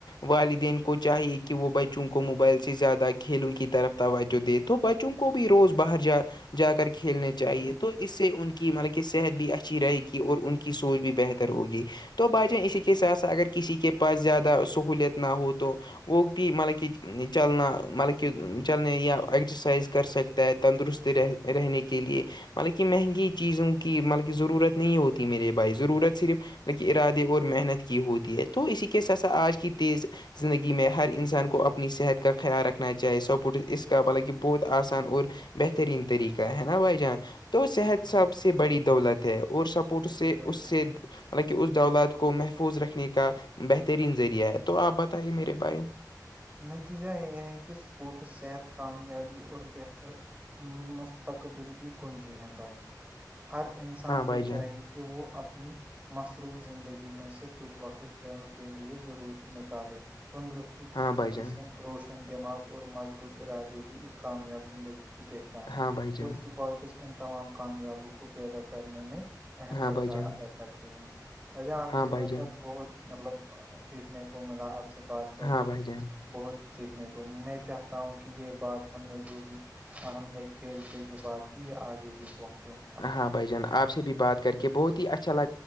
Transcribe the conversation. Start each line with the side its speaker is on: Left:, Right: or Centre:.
Left: والدین کو چاہیے کہ وہ بچوں کو موبائل سے زیادہ کھیلوں کی طرف توجہ دے تو بچوں کو کو بھی روز باہر جا جا کر کھیلنے چاہیے تو اس سے ان کی مطلب کہ صحت بھی اچھی رہے گی اور ان کی سوچ بھی بہتر ہوگی تو بھائی جان اسی کے ساتھ ساتھ اگر کسی کے پاس زیادہ سہولیت نہ ہو تو وہگ بھی مطلب کچ چلنا مطلب کہ چلنے یا ایکزرسائز کر سکتا ہے تندرستی رہ رہنے کے لیے مطلب کہ مہنگی چیزوں کی مطلب کہ ضرورت ہوتی میرے بھائی ضرورت صرف ل ارادے اور محنت کی ہوتی ہے تو اسی کے سسا آج کی تیز زندگی میں ہر انسان کو اپنی صحت کا خیال رکھنا چاہے سپورٹس اس کا بانکہ بہت آسان اور بہترین طریقہ ہے نا بھائی جان تو صحت
Right: بالکل
Left: سب سے بڑی دولت ہے اور سپورٹ
Right: بالکل
Left: سے
Right: بھائی
Left: اس
Right: جان
Left: سے مطلب کہ اس دولت کو محفوظ رکھنے کا بہترین ذریعہ ہے تو آپ بتائیے میرے بائے
Right: نتیجہ یہ ہے کہ اسپورٹس صحت کامیابی اور بہتر مستقبل کی کنجی ہیں بائے ہر انسان
Left: ہاں بھائی
Right: کو
Left: جان
Right: چاہی کہ وہ اپنی مصروف زندگی میں سے کچھ وقت کھیلوں کے لے ضرور نکالے تندرست
Left: ہاں بھائی
Right: جسم
Left: جان
Right: روشن دماغ اور مضبوط ارادے ہی ایک کامیاب زندگی پہچان ہے
Left: ہاں بھائی جان
Right: اور سپارٹس ان تمام کامیابوں کو پیدا کرنے میں اہم
Left: ہاں
Right: کردار
Left: بھائی جان
Right: ادا کرتی ہیں وجاں آپ
Left: ہاں
Right: سے
Left: بھائی
Right: مل
Left: جان
Right: کر بہت مطلب سیکھنے کو ملا آپ سے بات کر
Left: ہاں
Right: کے
Left: بھائی جان
Right: بہت سیکھنے کو میں چاہتا ہوں کہ یہ بات ہم نے جو بھی ہم نے کھیل سے جو بات کی یہ آگے بھی پہنچے ہیں
Left: ہاں بھائی جان آپ سے بھی بات کر کے بہت ہی اچھا لا